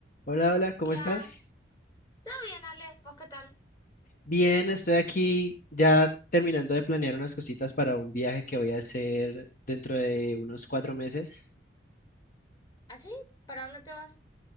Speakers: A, on the left; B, on the left.
A: Hola, hola, ¿cómo
B: Hola,
A: estás?
B: ¿todo bien, Ale? ¿Vos qué tal?
A: Bien, estoy aquí ya terminando de planear unas cositas para un viaje que voy a hacer dentro de unos cuatro meses.
B: ¿Así? ¿Para dónde te vas?